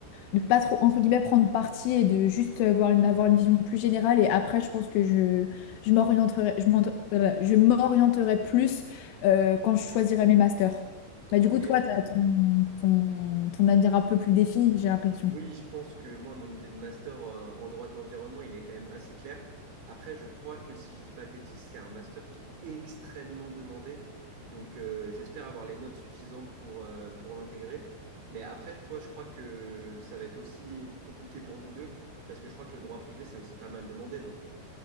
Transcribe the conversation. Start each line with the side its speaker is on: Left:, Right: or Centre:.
Left: de pas trop, entre guillemets, prendre parti et de juste avoir une, avoir une vision plus générale. Et après, je pense que je, je m'orienterai, je m'ent- euh, je m'orienterai plus euh, quand je choisirai mes masters. Bah, du
Right: Ok.
Left: coup, toi, tu as ton, ton, ton avenir un peu plus défini, j'ai l'impression.
Right: Oui, je pense que moi, mon idée de master euh, en droit de l'environnement, il est quand même assez clair. Après, je crois que si je dis pas de bêtises, c'est un master qui est extrêmement demandé. Donc, euh, j'espère avoir les notes suffisantes pour, euh, pour l'intégrer. Mais après, toi, je crois que ça va être aussi compliqué pour nous deux, parce que je crois que le droit privé, c'est aussi pas mal demandé, non?